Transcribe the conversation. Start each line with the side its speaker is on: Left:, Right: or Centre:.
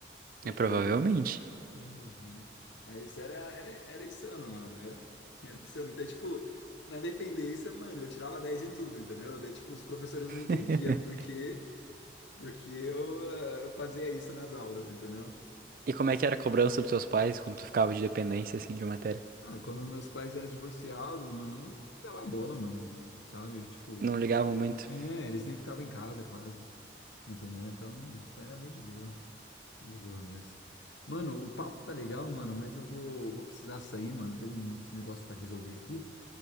Left: porque.
Right: É provavelmente.
Left: Uhum. Mas era, era, era insano, mano. Era, <laughs> era insano. Então, tipo, na dependência, mano, eu tirava 10 em tudo, entendeu? Daí, tipo, os professores não entendiam
Right: <laughs>
Left: por quê, porque eu, ah, eu fazia isso nas aulas, entendeu?
Right: E como é que era a cobrança dos seus pais quando tu ficava de dependência, assim, de matéria?
Left: Ah, quando os meus pais eram divorciados, mano, nem dava bola, mano, sabe? Tipo,
Right: Não ligavam
Left: eh,
Right: muito.
Left: é, eles nem ficavam em casa quase, entendeu? Então, então era bem de boa, bem de boa mesmo. Mano, o papo tá legal, mano, mas eu vou, vou precisar sair, mano, tem uns negócios pra resolver aqui.